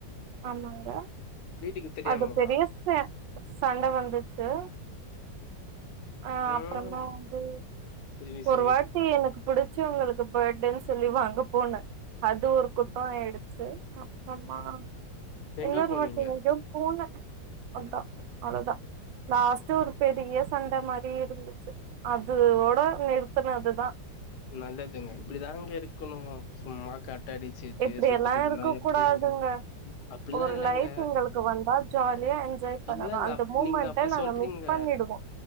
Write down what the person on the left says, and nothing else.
வீட்டுக்கு தெரியாமவா
ம்
செரி
செரி
எங்க
போனீங்க
நல்லதுங்க இப்படிதாங்க இருக்கணு சும்மா கட்ட அடிச்சுட்டு
சுத்திட்டு இருந்தா
எப்படிங்க
அப்படிலா
இல்லங்க
இல்லங்க
அப்
நீங்க அப்படி
சொல்றீங்க